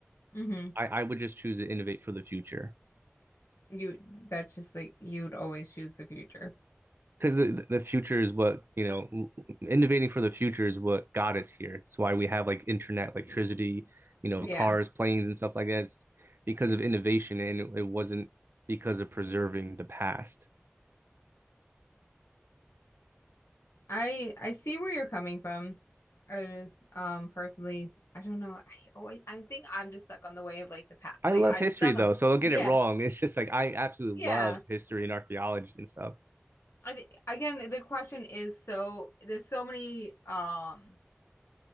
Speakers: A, on the left (about 75°); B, on the right (about 55°).
A: Mm-hmm.
B: I I would just choose to innovate for the future.
A: You that's just like you'd always choose the future.
B: because the the future is what you know innovating for the future is what got us here it's why we have like internet electricity you know
A: Yeah.
B: cars planes and stuff like that it's because of innovation and it, it wasn't because of preserving the past
A: I I see where you're coming from. I um personally, I don't know. I always I think I'm just stuck on the way of like the past.
B: i
A: Like
B: love
A: I'm
B: history
A: stuck
B: though
A: on the
B: so don't get
A: Yeah.
B: it wrong it's just like i absolutely
A: Yeah.
B: love history and archaeology and stuff
A: I think again the question is so there's so many um